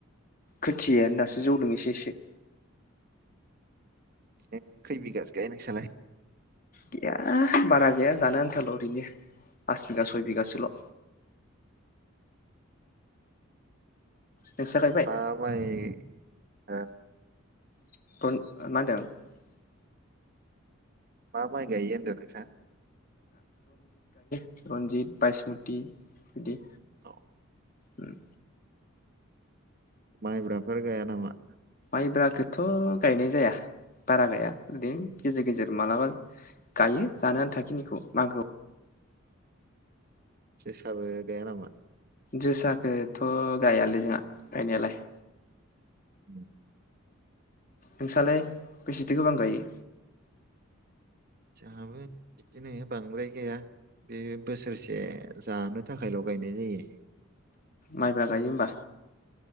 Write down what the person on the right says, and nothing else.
ए खै बिगासो गायो नोंसालाय?
मा माय ओ
मा माइ गायो होनदों नोंसा?
औ
मायब्राफोर गाया नामा?
जोसाबो गाया नामा?
उम
जाहाबो बिदिनो बांद्राय गाया बे बोसोरसे जानो थाखायल' गायनाय जायो।